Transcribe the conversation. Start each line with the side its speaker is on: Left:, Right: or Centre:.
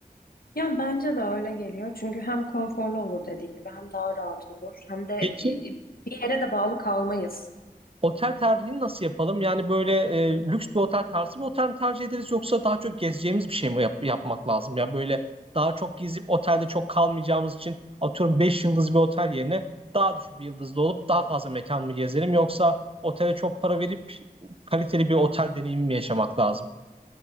Left: Yani bence de öyle geliyor. Çünkü hem konforlu olur dediğin gibi hem daha rahat olur hem de e,
Right: Peki
Left: bir yere de bağlı kalmayız.
Right: otel tercihini nasıl yapalım? Yani böyle e, lüks bir otel tarzı bir otel mi tercih ederiz yoksa daha çok gezeceğimiz bir şey mi yap- yapmak lazım? Ya böyle daha çok gezip otelde çok kalmayacağımız için atıyorum 5 yıldız bir otel yerine daha düşük bir yıldızlı olup daha fazla mekan mı gezelim yoksa otele çok para verip kaliteli bir otel deneyimi mi yaşamak lazım?